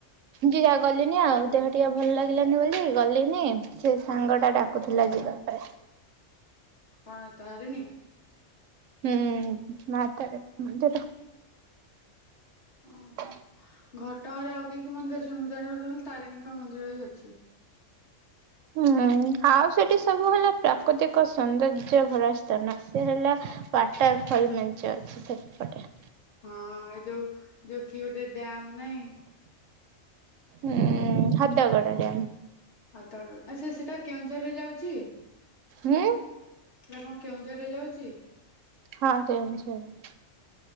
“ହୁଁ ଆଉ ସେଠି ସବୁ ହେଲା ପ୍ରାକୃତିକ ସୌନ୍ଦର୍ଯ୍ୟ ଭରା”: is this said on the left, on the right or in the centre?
Right